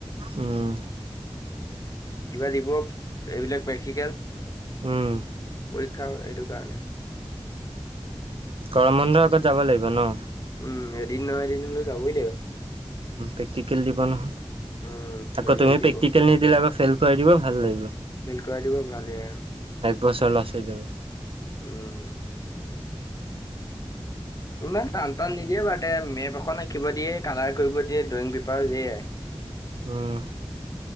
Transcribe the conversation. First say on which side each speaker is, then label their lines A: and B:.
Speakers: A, on the right; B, on the left.
A: উম
B: কিবা দিব এইবিলাক প্ৰেক্টিকেল
A: উম
B: পৰীক্ষা কাৰানে।
A: গৰম বন্ধৰ আগত যাব লাগিব ন?
B: উম এদিন ন এদিন হলেও যাবই লাগিব আৰু
A: পেকটিকেল জীৱন হ
B: উম কিবা
A: আকৌ
B: কিবি
A: তুমি
B: দিব
A: প্ৰেক্টিকেল নিদিলে আকৌ ফেইল কৰিই দিব ভাল লাগিব
B: াই দিব ভালেই আৰু
A: গছৰ লছ হৈ যাব
B: উম ইমান টান টান নিদিয়ে বাৰু তে মেপ এখন আঁকিব দিয়ে কালাৰ কৰিব দিয়ে ড্ৰয়িং পেপাৰ দিয়ে।
A: হম।